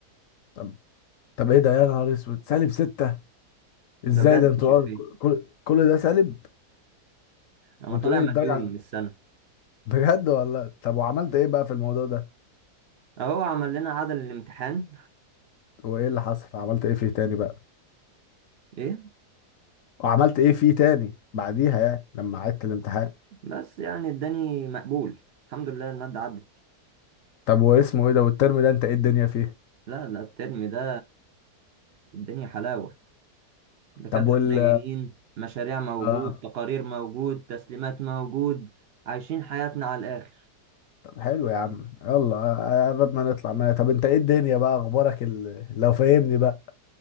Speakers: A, on the left; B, on the right.
A: طب طب ايه ده يا نهار اسود سالب ستة ازاي
B: ده بجد
A: ده انتوا
B: مش إفيه
A: اه كل كل كل ده سالب
B: أنا
A: وانتوا
B: طالع
A: ايه
B: مديون
A: الدرجه عن-
B: من السنة
A: بجد والله طب وعملت ايه بقى في الموضوع ده
B: أهو عمل لنا عدل الامتحان
A: وايه اللي حصل عملت ايه فيه تاني بقى
B: إيه
A: وعملت ايه فيه تاني بعديها يعني لما عدت الامتحان
B: بس يعني اداني مقبول الحمد لله المادة عدت
A: طب واسمه ايه ده والترم ده انت ايه الدنيا فيه
B: لا لا الترم ده الدنيا حلاوة دكاترة
A: طب وال
B: حنينين مشاريع موجود
A: اه
B: تقارير موجود تسليمات موجود عايشين حياتنا على الآخر
A: طب حلو يا عم يلا آه، قرب ما نطلع منها طب انت ايه الدنيا بقى اخبارك ال... لو فاهمني بقى